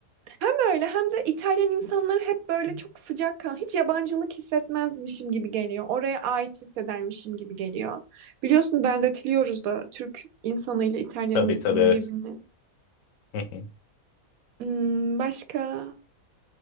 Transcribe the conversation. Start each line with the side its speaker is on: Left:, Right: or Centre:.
Right: Hem öyle hem de İtalyan insanları hep böyle çok sıcak kan, hiç yabancılık hissetmezmişim gibi geliyor. Oraya ait hissedermişim gibi geliyor. Biliyorsun benzetiliyoruz da Türk insanıyla İtalyan
Left: Tabii
Right: insanı
Left: tabii evet.
Right: birbirine
Left: Hı hı.
Right: Hmm, başka?